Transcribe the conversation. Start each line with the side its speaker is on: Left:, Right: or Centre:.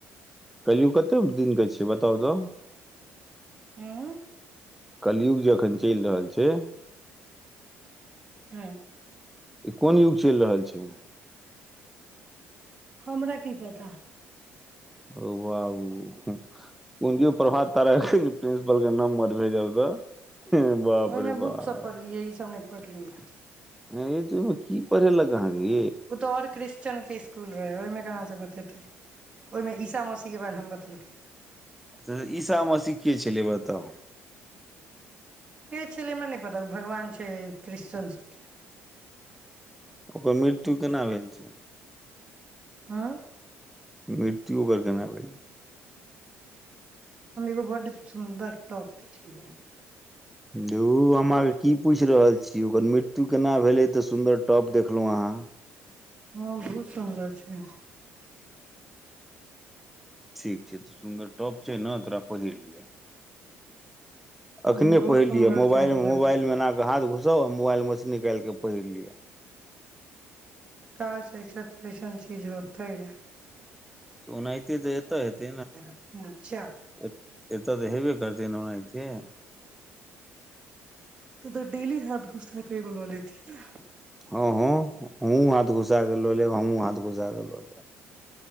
Centre: कलयुग कतेक दिनके छैिय बताउ तऽ
Right: हँ
Centre: कलयुग जे अखन चलि रहल छै
Right: हँ
Centre: ई कोन युग चलि रहल छै
Right: हमरा की पता
Centre: हौ बाबू पुजिं प्रभात तारा प्रिंसिपल के नम्बर भेजब तऽ बाप
Right: ओहिमे
Centre: रे बाप
Right: बुक सब पढ़लियै ई सब ने पढ़लिय
Centre: हे तू की पढ़ेलक अहाँके
Right: ओ तऽ आओर क्रिश्चन के स्कुल रहे ओहिमे कहाँ से ब ततै ओहिमे ईसा मसी के बारे मे बतेलकै
Centre: अच्छा ईसा मसी के छलै बताउ
Right: के छलै नहि पता भगवान छै क्रिश्चन सबके
Centre: ओकर मृत्यु केना भेल छै
Right: हँ
Centre: मृत्यु ओकर केना भेलै
Right: हम एगो बड्ड सुन्दर टॉप देखलिए
Centre: धु हम आहांके की पूछि रहल छी ओकर मृत्यु केना भेलै तऽ सुन्दर टॉप देखलहुँ अहाँ
Right: हँ बहुत सुन्दर छै
Centre: ठीक छै तऽ सुन्दर टॉप छै ने तोरा पहिर लिअ
Right: बहुत
Centre: अखने पढ़लिये
Right: सुन्दर
Centre: मोबाइल
Right: छै हम
Centre: मोबाइल
Right: लेबै
Centre: मे एनाे हाथ घुस सब मोबाइल मछी निकालिक पहिर लिय
Right: क ऐसन ऐसन चीज होते रहै
Centre: तूनाहित तऽ एता हत
Right: रह मजा
Centre: ऐतअ त हैब करते नै आनाहिते
Right: तो डेली हाथ घुसा के क ऐगो ल लति
Centre: हँ हँ हमहूँ हाथ घुसाक क लऽ लेब हमहूँ हाथ घुसा के लऽ लेब